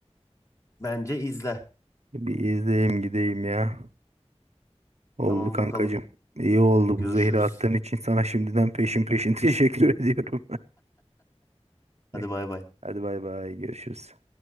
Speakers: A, on the left; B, on the right.
A: Bence izle.
B: Bir izleyeyim gideyim ya. Oldu
A: Tamam
B: kankacığım.
A: bakalım.
B: İyi oldu
A: Görüşürüz.
B: bu zehri attığın için sana şimdiden peşin peşin <laughs> teşekkür ediyorum.
A: Hadi bay
B: <laughs>
A: bay.
B: Hadi bay bay görüşürüz.